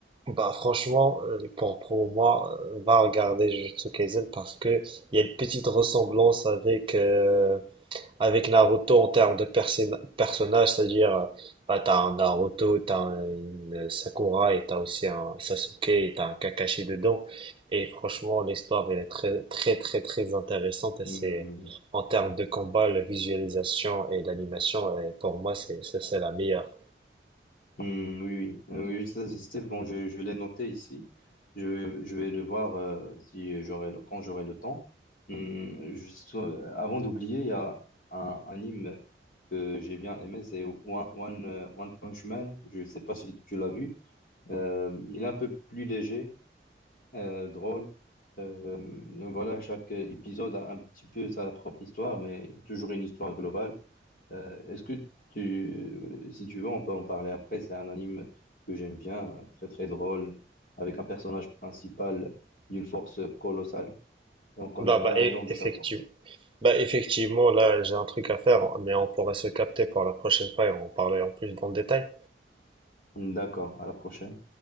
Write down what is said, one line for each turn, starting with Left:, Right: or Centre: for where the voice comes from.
Right: Bah franchement, euh, pour, pour moi, euh, va regarder Jujutsu Kaisen parce que il y a une petite ressemblance avec euh, avec Naruto en termes de persé- personnages, c'est-à-dire euh, bah, t'as un Naruto, t'as un une Sakura et t'as aussi un Sasuke et t'as un Kakashi dedans. Et franchement, l'histoire elle est très très très très intéressante et
Left: Hmm.
Right: c'est en termes de combat, la visualisation et l'animation, et pour moi c'est c'est c'est la meilleure.
Left: Hmm, oui, oui, Euh, oui, ça, c'est bon, je, je l'ai noté ici. Je, je vais le voir euh, si j'aurai le- quand j'aurai le temps. Hmm, juste, euh, avant d'oublier, il y a un anime que j'ai bien aimé, c'est One, One, euh, One Punch Man. Je ne sais pas si tu l'as vu. Euh, il est un peu plus léger, euh, drôle. Euh, voilà, chaque épisode a un petit peu sa propre histoire, mais toujours une histoire globale. Euh, est-ce que tu, si tu veux, on peut en parler après. C'est un anime que j'aime bien, très très drôle, avec un personnage principal d'une force colossale et on ne connaît
Right: Bah
Left: pas
Right: bah
Left: la
Right: et
Left: raison de
Right: effectivement.
Left: sa force.
Right: Bah effectivement, là j'ai un truc à faire, mais on pourrait se capter pour la prochaine fois et en parler en plus dans le détail.
Left: D'accord, à la prochaine.